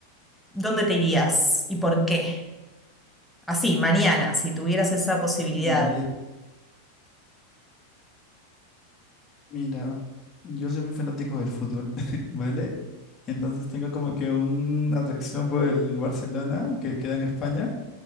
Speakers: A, in the centre; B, on the left.
A: ¿dónde te irías y por qué? Así, mañana, si tuvieras esa posibilidad.
B: vivir. Mira, yo soy muy fanático del fútbol, <laughs> ¿vale? Entonces tengo como que una atracción por el Barcelona, que queda en España.